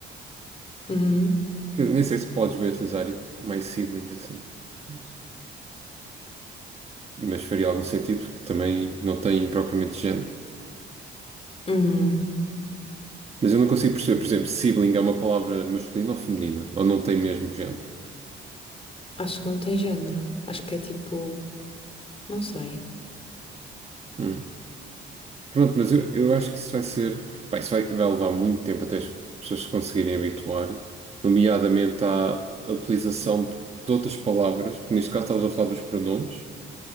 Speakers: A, on the left (about 30°); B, on the right (about 30°).
A: Uhum,
B: Que eu Nem sei se podes bem utilizar my sibling assim. Mas, mas faria algum sentido porque também não tem propriamente género.
A: uhum.
B: Mas eu não consigo perceber, por exemplo, sibling é uma palavra masculina ou feminina, ou não tem mesmo género.
A: Acho que não tem género. Acho que é tipo. Não sei.
B: Hum. Pronto, mas eu, eu acho que isso vai ser. Pá, isso vai, vai levar muito tempo até as pessoas se conseguirem habituar, nomeadamente à, à utilização de, de outras palavras, porque neste caso estávamos a falar dos pronomes,